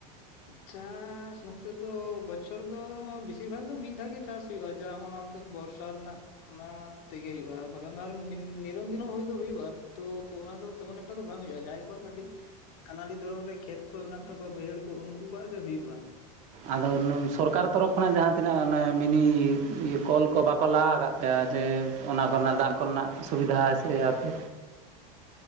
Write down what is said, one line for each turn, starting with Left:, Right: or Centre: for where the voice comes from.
Left: ᱪᱟᱥ ᱱᱚᱛᱮ ᱫᱚ ᱵᱚᱪᱷᱚᱨ ᱫᱚ ᱵᱮᱥᱤᱨ ᱵᱷᱟᱜ ᱫᱚ ᱢᱤᱫ ᱫᱷᱟᱣ ᱜᱮ ᱪᱟᱥ ᱦᱩᱭᱩᱜᱼᱟ ᱡᱟ <unintelligible> ᱼᱼ ᱵᱚᱨᱥᱟᱨ ᱨᱮᱱᱟᱜ ᱼᱼ ᱚᱱᱟ ᱛᱮᱜᱮ ᱦᱩᱭᱩᱜᱼᱟ ᱾ ᱵᱟᱠᱷᱟᱱ ᱫᱚ ᱱᱤ ᱱᱤᱨᱚᱱ ᱫᱤᱱ ᱫᱚ ᱦᱩᱭ ᱫᱚ ᱦᱩᱭᱩᱜᱼᱟ, ᱛᱚ ᱚᱱᱟ ᱫᱚ ᱛᱮᱢᱚᱱ ᱮᱠᱴᱟ ᱫᱚ ᱵᱟᱝ ᱦᱩᱭᱩᱜᱼᱟ ᱾ ᱡᱟᱦᱟᱸᱭ ᱠᱚᱣᱟᱜ ᱠᱟᱹᱴᱤᱡ ᱠᱷᱟᱱᱟᱞᱤ ᱫᱷᱚᱨᱚᱱ ᱨᱮᱼᱼ ᱠᱷᱮᱛ ᱠᱚ ᱢᱮᱱᱟᱜ ᱛᱟᱠᱚᱣᱟ ᱵᱟᱹᱭᱦᱟᱹᱲ ᱠᱚ ᱩᱱᱠᱩ ᱠᱚᱣᱟᱜ ᱜᱮ ᱦᱩᱭᱩᱜᱼᱟ ᱾
Right: ᱟᱫᱚ ᱱᱩᱱ ᱥᱚᱨᱠᱟᱨ ᱛᱚᱨᱚᱯᱷ ᱠᱷᱚᱱᱟᱜ ᱡᱟᱦᱟᱸ ᱛᱤᱱᱟᱹᱜ ᱚᱱᱮ ᱢᱤᱱᱤ ᱠᱚᱞ ᱠᱚ ᱵᱟᱠ ᱠᱚ ᱞᱟᱣ ᱟᱠᱟᱫ ᱯᱮᱭᱟ ᱡᱮ ᱚᱱᱟ ᱠᱚᱨᱮᱱᱟᱜ ᱫᱟᱜ ᱠᱚᱨᱮᱱᱟᱜ ᱥᱩᱵᱤᱫᱷᱟ ᱥᱮ ᱟᱯᱮ